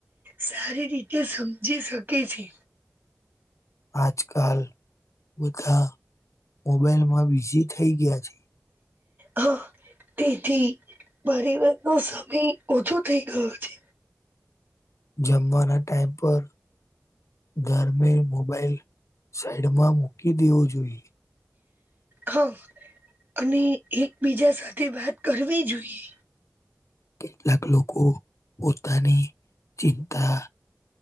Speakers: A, on the right (about 45°); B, on the left (about 85°).
A: સારી રીતે સમજી શકે છે
B: આજકાલ બધા મોબાઈલમાં બીઝી થઈ ગયા છે
A: હા તેથી પરિવનનો સમય ઓછો થઈ ગયો છે
B: જમવાના ટાઈમ પર ધર મે મોબાાઈલ સાઈડમાં મૂકી દેવો જોઈએ
A: હા અને એકબીજા સાથે વાત કરવી જોઈએ
B: કેટલાક લોકો પોતાની ચિંતા